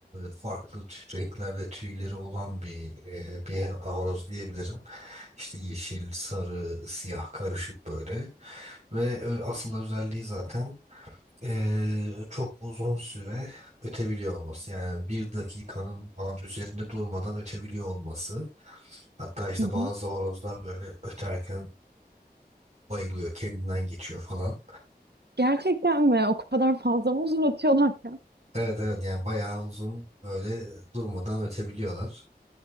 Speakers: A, on the right; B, on the right.
A: farklı tü- renklerde tüyleri olan bir e, bir horoz diyebilirim. İşte yeşil, sarı, siyah karışık böyle. Ve e, asıl özelliği zaten e, çok uzun süre ötebiliyor olması. Yani bir dakikanın falan üzerinde durmadan ötebiliyor olması. Hatta işte
B: Hı hı.
A: bazı horozlar böyle öterken bayılıyor, kendinden geçiyor falan.
B: Gerçekten mi? O kadar fazla mı uzatıyorlar ya?
A: Evet evet yani bayağı uzun böyle durmadan ötebiliyorlar.